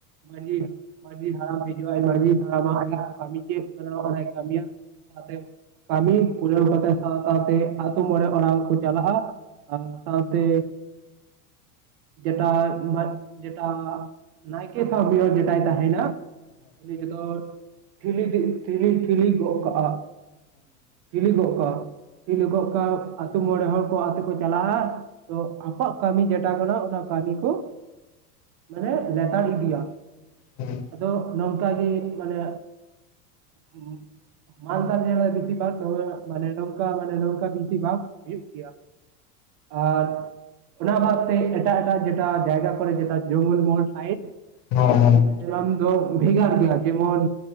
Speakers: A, on the right (about 50°); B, on the left (about 60°).
A: ᱢᱟᱡᱷᱤ ᱢᱟᱡᱷᱤ ᱦᱟᱲᱟᱢ ᱦᱤᱡᱩᱜ-ᱟᱭ ᱢᱟᱡᱷᱤ ᱦᱟᱲᱟᱢ ᱟᱭᱟᱜ ᱠᱟᱢᱤ ᱠᱮᱜ ᱥᱟᱨᱟᱣ ᱵᱟᱲᱟᱭ ᱠᱟᱢᱤᱭᱟ। ᱠᱟᱛᱮᱫ ᱠᱟᱹᱢᱤ ᱯᱩᱨᱟᱹᱣ ᱠᱟᱛᱮ ᱥᱟᱶ ᱥᱟᱶᱛᱮ ᱟᱛᱳ ᱢᱚᱬᱮ ᱚᱲᱟ ᱠᱚ ᱪᱟᱞᱟᱜ-ᱟ। ᱟᱨ ᱥᱟᱶᱛᱮ ᱡᱮᱴᱟ ᱡᱮᱴᱟ ᱱᱟᱭᱠᱮ ᱥᱟᱣ ᱢᱤᱫ ᱦᱚᱲ ᱡᱮᱴᱟᱭ ᱛᱟᱦᱮᱱᱟ ᱩᱱᱤ ᱜᱮᱫᱚ ᱴᱷᱤᱞᱤ ᱴᱷᱤᱞᱤ ᱴᱷᱤᱞᱤ ᱜᱚᱜ ᱠᱟᱜᱼᱟ। ᱴᱷᱤᱞᱤ ᱜᱚᱜ ᱠᱟᱜ -ᱟ। ᱴᱷᱤᱞᱤ ᱜᱚᱜ ᱠᱟᱜ-ᱟ ᱟᱛᱳ ᱢᱚᱬᱮ ᱦᱚᱲ ᱠᱚ ᱟᱛᱮ ᱠᱚ ᱪᱟᱞᱟᱜ-ᱟ, ᱛᱚ ᱠᱚᱣᱟᱜ ᱠᱟᱹᱢᱤ ᱡᱮᱴᱟ ᱠᱟᱱᱟ ᱚᱱᱟ ᱠᱟᱹᱢᱤ ᱠᱚ ᱢᱟᱱᱮ ᱞᱮᱛᱟᱲ ᱤᱫᱤᱭᱟ।
B: ᱦᱩᱸ।
A: ᱟᱫᱚ ᱱᱚᱝᱠᱟ ᱜᱮ ᱢᱟᱱᱮ ᱩᱸᱼᱼ ᱢᱟᱞᱫᱟ ᱡᱮᱞᱟ ᱨᱮ ᱵᱮᱥᱤᱨ ᱵᱷᱟᱜᱽ ᱱᱚᱣᱟ ᱢᱟᱱᱮ ᱱᱚᱝᱠᱟ ᱢᱟᱱᱮ ᱱᱚᱝᱠᱟ ᱵᱮᱥᱤᱨ ᱵᱷᱟᱜᱽ ᱦᱩᱭᱩᱜ ᱜᱮᱭᱟ। ᱟᱨᱻ ᱚᱱᱟ ᱵᱟᱫᱽ ᱛᱮ ᱮᱴᱟᱜ ᱮᱴᱟᱜ ᱡᱮᱴᱟ ᱡᱟᱭᱜᱟ ᱠᱚᱨᱮ ᱡᱮᱴᱟ ᱡᱚᱝᱜᱚᱞ ᱢᱚᱦᱚᱞ ᱥᱟᱭᱤᱰ
B: ᱦᱮᱸ ᱦᱮᱸ।
A: ᱯᱨᱚᱜᱨᱟᱢ ᱫᱚ ᱵᱷᱮᱜᱟᱨ ᱜᱮᱭᱟ ᱡᱮᱢᱚᱱ,